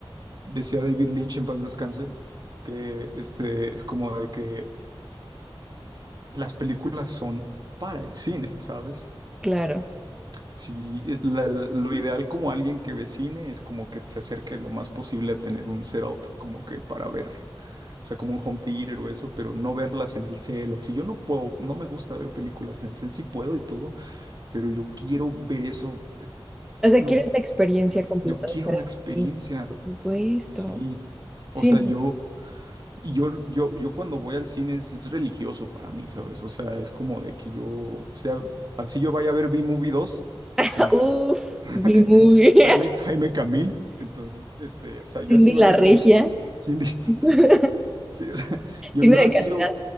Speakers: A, on the right; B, in the centre.
A: Decía David Lynch en paz descanse que este es como de que las películas son para el cine, ¿sabes?
B: Claro.
A: Si eh, la- lo ideal como alguien que ve cine es como que se acerque lo más posible a tener un setup como que para ver, o sea, como un home theater o eso, pero no verlas en el cel o así. Yo no puedo, no me gusta ver películas en el cel, sí puedo y todo, pero yo quiero ver eso,
B: O sea,
A: lo,
B: quieres la experiencia completa
A: yo quiero
B: de estar
A: la
B: en
A: experiencia,
B: el cine. Por supuesto.
A: sí.
B: Sí.
A: O sea,
B: no.
A: yo Y yo, yo, yo cuando voy al cine es, es religioso para mí, ¿sabes? O sea, es como de que yo, o sea, así yo vaya a ver B-Movie 2,
B: <laughs>
A: es como
B: Uf,
A: <laughs>
B: vi muy <laughs>
A: Jaime, Jaime Camil, entonces, este, o sea,
B: Cindy
A: yo así vaya
B: la
A: a
B: Regia.
A: hacer eso. Cindy,
B: <laughs>
A: <laughs> sí, o sea, yo,
B: Cine
A: yo
B: de
A: así
B: calidad.
A: yo,